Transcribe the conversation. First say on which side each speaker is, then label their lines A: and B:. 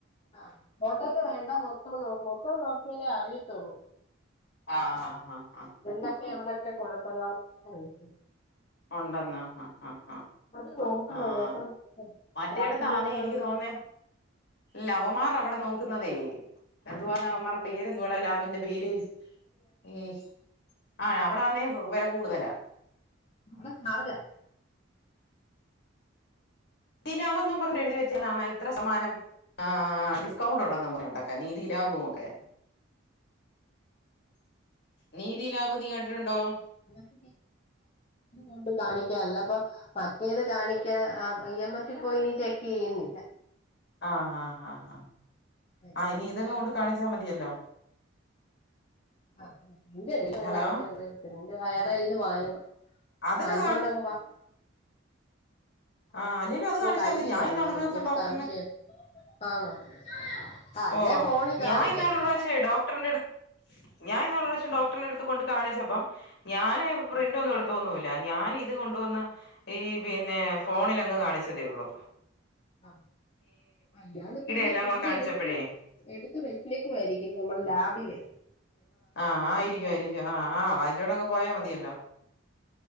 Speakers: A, on the left; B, on the left.
A: ആഹ്, ഹോട്ടല് വേണ്ട മൊത്തം നോ മൊത്തം നോക്കിയാലേ അറിയത്തൊള്ളൂ.
B: ആഹ്, ആഹ്, ആഹ്.
A: എന്തക്കെ എവിടക്കെ കൊഴപ്പങ്ങൾ നിക്കറിയത്തില്ല.
B: ഒണ്ടെന്നാ ആഹ്, ആഹ്, ആഹ്
A: അത് നോക്കണം
B: ആഹ്,
A: കേട്ടോ
B: ഹ മറ്റേടത്താന്നേ
A: ഫാസ്റ്റിങ്ങിലെങ്ങാനും
B: എനിയ്ക്ക് തോന്നേ ലവമാർ അവടെ നോക്കുന്നതേ എന്തുവാനവമ്മാറ് പേരെന്തുവാടാ ലാബിന്റെ പേര്. ഉം ആഹ്, അവിടാന്നേ വെല കൂട്തലാ.
A: നല്ല ചാറ്ജ്ജാ
B: ദിനാവെന്നും പറഞ്ഞെഴ്തി വെച്ചേനാണാ ഇത്ര സമാനം ആഹ് ഡിസ്കൗണ്ട് ഉണ്ടെന്നും പറഞ്ഞൊണ്ടൊക്കെ നീതി ലാബും ഓക്കെ. നീതി ലാബ് നീ കണ്ടിട്ടുണ്ടോ
A: <inaudible> ണ്ട് കാണിക്ക അല്ലപ്പൊ മറ്റേത് കാണിക്കാ ഇ എം എസ് പോയി ഇനി ചെക്ക് ചെയ്യുന്നില്ല
B: ആഹ് ആഹ് ആഹ്
A: ഇത്
B: ആഹ് ഇനി ഇതങ്ങ്
A: കാണിച്ചിട്ട്
B: കൊണ്ട് കാണിച്ചാ മതിയല്ലോ
A: ആ എന്റെ ഇടും മളട്ടണ്ട്
B: ഹലോ
A: <unintelligible> അയാടെ കൈയ്യിൽ നിന്നും വാങ്ങണം
B: അതങ്ങ്
A: വാങ്ങിച്ചോണ്ടങ്ങ് പാം
B: ആഹ് അല്ലെലും അത് കാണിച്ചാൽ
A: കൈ
B: മതി ഞാൻ
A: വേണോന്ന്
B: ഇന്നാളൊരു
A: എനിക്കൊരു
B: ദിവസം ഡോക്ടറിനെ
A: സംശയം ആണോ ആ അല്ലേ
B: ഓ
A: ഫോണിൽ കാണിക്കാം
B: ഞാൻ ഇന്നാള് ഒരു പ്രാവശ്യം ഡോക്ടറിന്റെ അടുത് ഞാൻ ഇന്നാൾ ഒരു പ്രാവശ്യം ഡോക്ടറിന്റെ
A: ഉം
B: അടുത്ത് കൊണ്ട് കാണിച്ചപ്പം ഞാന് പ്രിന്റ്
A: ഉം
B: ഒന്നും എടുത്തോന്നുമില്ല ഞാൻ ഇത് കൊണ്ടുവന്ന് ഈ പിന്നെ ഫോണിൽ അങ്ങ് കാണിച്ചതേ ഉള്ളു
A: ആഹ് അയാള് പിന്നെയും
B: എല്ലാം
A: പ്രിന്റ്
B: കൂടെ കാണിച്ചപ്പോഴേ
A: എടുത്ത് എടുത്ത് വെച്ചേക്കുവായിരിക്കും നമ്മൾ ലാബില്
B: ആഹ് ആയിരിക്കും ആയിരിക്കും ആഹ് ആഹ് വാങ്ങിച്ചോണ്ടങ്ങ് പോയാ മതിയല്ലോ